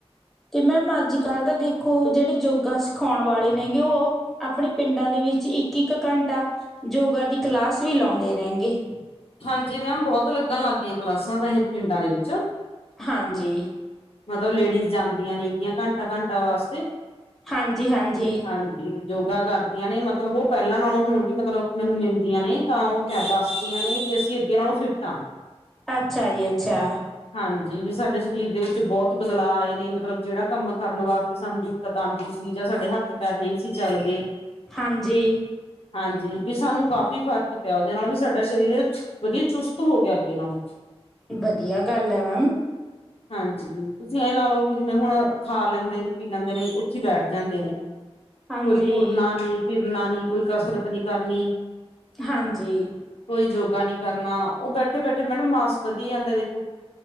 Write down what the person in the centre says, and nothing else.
ਤੇ ਮੈਮ ਅੱਜ-ਕੱਲ੍ਹ ਤਾਂ ਦੇਖੋ, ਜਿਹੜੇ ਯੋਗਾ ਸਿਖਾਉਣ ਵਾਲੇ ਨੇਗੇ ਉਹ ਆਪਣੇ ਪਿੰਡਾਂ ਦੇ ਵਿੱਚ ਇੱਕ-ਇੱਕ ਘੰਟਾ ਯੋਗਾ ਦੀ ਕਲਾਸ ਵੀ ਲਾਉਂਦੇ ਨੇਗੇ।
ਹਾਂਜੀ।
ਹਾਂਜੀ-ਹਾਂਜੀ।
ਅੱਛਾ ਜੀ ਅੱਛਾ।
ਹਾਂਜੀ।
ਵਧੀਆ ਗੱਲ ਐ, ਮੈਮ।
ਹਾਂਜੀ
ਹਾਂਜੀ।